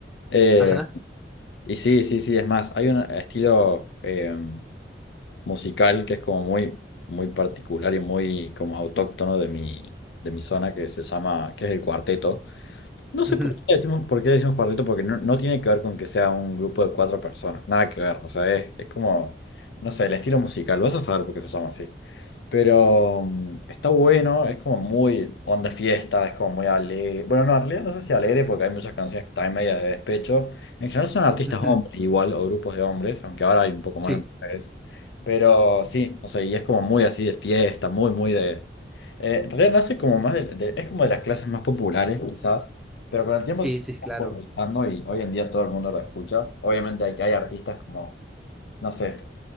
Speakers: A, on the left; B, in the centre.
A: Eh,
B: Ajá.
A: Y sí, sí, sí, es más, hay un estilo eh, musical que es como muy, muy particular y muy como autóctono de mi, de mi zona que se llama, que es el cuarteto. No sé
B: ujú,
A: por qué le decimos, por qué le decimos cuarteto, porque no, no tiene que ver con que sea un grupo de cuatro personas, nada que ver, o sea, es, es como, no sé, el estilo musical, vas a saber por qué se llama así. Pero mm, está bueno, es como muy onda fiesta, es como muy alegre. Bueno, no, en realidad no sé si alegre porque hay muchas canciones que están medias de despecho. En general son artistas
B: ujú,
A: hombres igual o grupos de hombres, aunque ahora hay un poco más
B: Sí,
A: de mujeres. Pero sí, o sea, y es como muy así de fiesta, muy, muy de... eh, en realidad nace como más de, de- es como de las clases más populares quizás, pero con el tiempo
B: sí,
A: se está
B: sí,
A: popularizando
B: claro.
A: y hoy en día todo el mundo lo escucha. Obviamente hay, hay artistas como, no sé